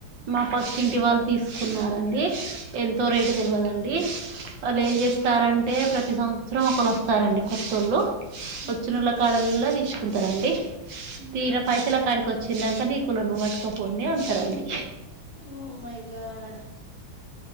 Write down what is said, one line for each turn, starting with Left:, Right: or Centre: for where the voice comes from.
Right: మా పక్కింటి వాళ్ళు తీసుకు కున్నారండి ఎంతో రేటు తెలవదండి వాళ్ళు ఏం చేస్తారంటే ప్రతి సంవత్సరం ఒకళ్లు వస్తారండి కొత్తోళ్ళు
Left: ఆ
Right: వచ్చినోళ్ళ కాడల్లా తీసుకుంటారు తారండి
Left: అవునా
Right: తీర పైసల కాడికొచ్చి చ్చినంక నీ కూలర్ నువ్వు పట్టుకపోండి అంటరండి
Left: ఓ మై గాడ్